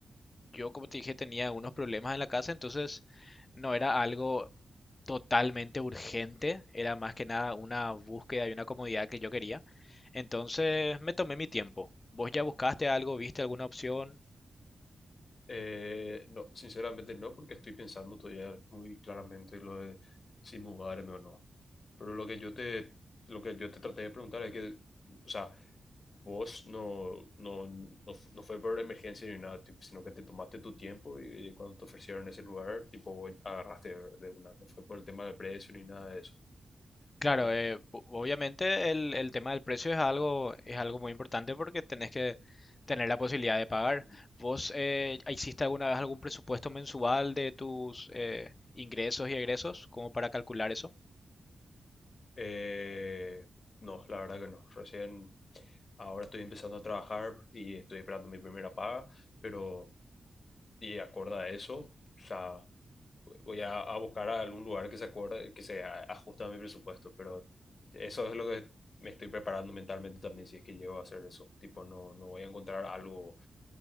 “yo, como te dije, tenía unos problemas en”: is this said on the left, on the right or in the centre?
Left